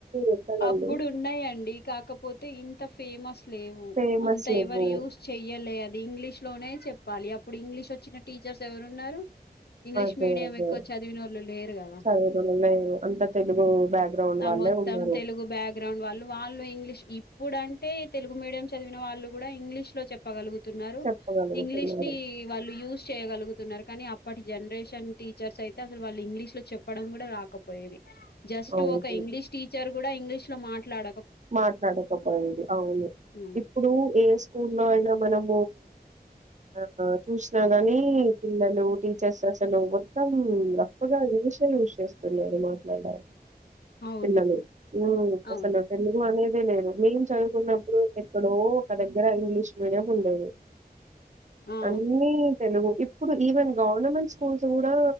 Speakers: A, on the right; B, on the left.
A: ఎక్కడండి
B: అప్పుడు ఉన్నాయండి కాకపోతే ఇ తా ఫేమస్ లేవు
A: ఫేమస్
B: అంత
A: లేవు.
B: ఎవరు యూస్ చెయ్యలే ఇంగ్లీష్ లోనే చెప్పాలి అప్పుడు ఇంగ్లీష్ వచ్చిన టీచర్స్ ఎవరున్నారు ఇంగ్లీష్
A: అదే
B: మీడియం
A: అదే
B: ఎక్కువ చదివినోళ్ళు లేరు కదా
A: చదివేనెళ్ళు లేరు అంత తెలుగు బ్యాక్గ్రౌండ్
B: ఆ
A: వాళ్ళే
B: మొత్తం
A: ఉన్నారు
B: తెలుగు బ్యాక్గ్రౌండ్ వాళ్ళు వాళ్ళు ఇంగ్లీష్ ఈ ఇప్పుడు అంటే తెలుగు మీడియం చదివిన వాళ్ళు కూడా ఇంగ్లీష్ లో చెప్పగలుగుతు తున్నారు
A: చెప్పగలుగుతున్నారు.
B: ఇంగ్లీష్ ని వాళ్ళు యూస్ చేయగలుగుతున్నారు కానీ అప్పటి జనరేషన్ టీచర్స్ అయితే అసలు వాళ్ళు ఇంగ్లీష్ లో చెప్పడం కూడా రాకపోయేది జస్ట్
A: అవును.
B: ఒక ఇంగ్లీష్ టీచ ర్ కూడా ఇంగ్లీష్ లో మాట్లాడ
A: మాట్లాడకపోయేది అవును
B: హ్మ్.
A: ఇప్పుడు ఏ స్కూల్లో అయినా మనం ఆ చూసినా కాని పిల్లలు టీచర్స్ అసలు మొత్తం రఫ్గా ఇంగ్లీషే యూజ్ చేస్తున్నారు మాట్లాడడానికి
B: అవును
A: పిల్లలు ఉ
B: అవును
A: అసలు తెలుగు అనేదే లేదు మేము చదువుకున్నప్పుడు ఎక్కడో ఒక్క దగ్గర ఇంగ్లీష్ మీడియం ఉండేది
B: ఆ
A: అన్నీ తెలుగు ఇప్పు ఇప్పుడు ఈవెన్ గవర్నమెంట్ స్కూల్స్ కూడా